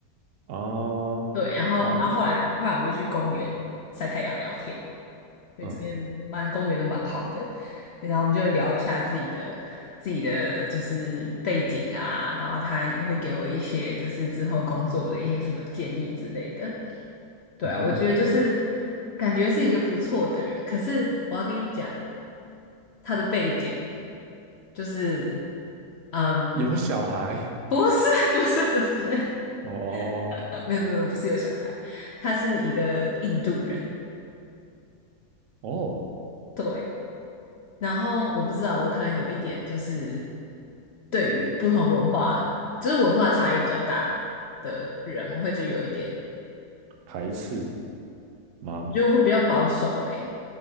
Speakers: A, on the right (about 65°); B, on the left (about 80°).
A: 哦，
B: 对，然后然后后来后来我们就去公园晒太阳聊天，
A: 然后那
B: 因为这边蛮公园都蛮好的，
A: 嗯
B: 对然后我们就聊一下自己的自己的就是背景啊，然后他也会给我一些就是之后工作的一些什么建议之类的。对啊，
A: 嗯哼，
B: 我觉得就是感觉是一个不错的人，可是我要跟你讲，他的背景就是，嗯，
A: 有小孩。
B: 不是 <laughs> 不是不是，
A: 哦
B: <laughs> 呃没有没有不是有小孩，他是一个印度人，
A: 哦，
B: 对，然后我不知道，我可能有一点就是对于不同文化，就是文化差异比较大的人，我会觉得有一点，
A: 排斥吗？
B: 我觉得我会比较保守诶，